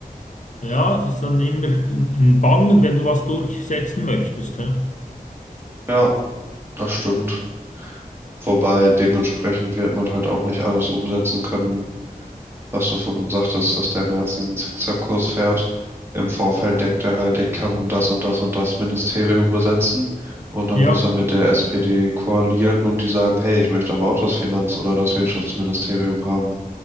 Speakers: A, on the left; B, on the right.
A: ja, das ist dann immer ein ein Bangen, wenn du was durchsetzen möchtest, hä?
B: Ja, das stimmt. Wobei dementsprechend wird man halt auch nicht alles umsetzen können, was du vorhin sagtest, dass der Merz diesen Zickzackkurs fährt. Im Vorfeld denkt er halt, ich kann das und das und das Ministerium besetzen. Und dann
A: Ja,
B: muss er mit der SPD koalieren und die sagen, hey, ich möchte aber auch das Finanz- oder das Wirtschaftsministerium haben.